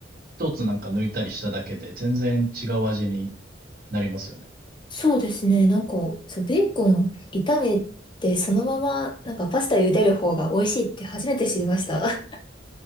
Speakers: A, on the right; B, on the left.
A: 一つなんか抜いたりしただけで全然違う味になりますよね。
B: そうですね。なんか、そう、ベーコン炒めてそのままなんかパスタ茹でる方が美味しいって初めて知りました。